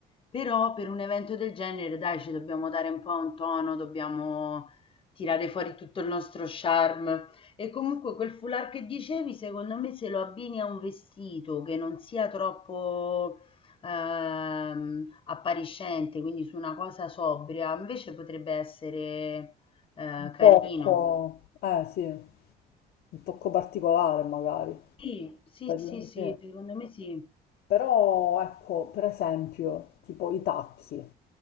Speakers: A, on the left; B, on the left.
A: però per un evento del genere, dai, ci dobbiamo dare un po' un tono, dobbiamo tirare fuori tutto il nostro charme. E comunque quel foulard che dicevi, secondo me, se lo abbini a un vestito che non sia troppo ehm, appariscente, quindi su una cosa sobria, invece potrebbe essere eh,
B: Un
A: carino.
B: tocco, eh sì, un tocco particolare magari.
A: Sì, sì,
B: Per-
A: sì, sì,
B: sì.
A: secondo me sì.
B: Però ecco, per esempio, tipo i tacchi,